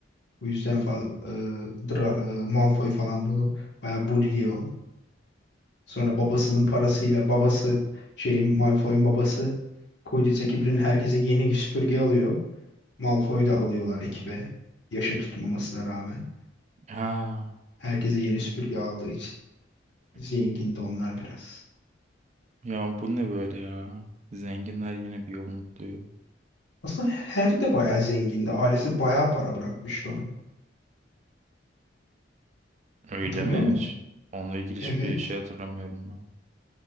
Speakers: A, on the left (about 65°); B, on the right (about 40°).
A: Bu yüzden fa- e, Dra- e, Malfoy falan bunu bayağı bulliyor. Sonra babasının parasıyla babası şeyin Malfoy'un babası Quidditch ekibinin herkese yeni süpürge alıyor. Malfoy'u da alıyorlar ekibe. Yaşı tutmamasına rağmen.
B: Ha.
A: Herkese yeni süpürge aldığı için. Zengindi onlar biraz.
B: Ya bu ne böyle ya? Zenginler yine bir yolunu buluyor.
A: Aslında Harry de bayağı zengindi. Ailesi bayağı para bırakmıştı ona.
B: Öyle
A: Hatırlıyor
B: mi
A: musun?
B: hiç? Onunla ilgili
A: Evet.
B: hiçbir şey hatırlamıyorum ben.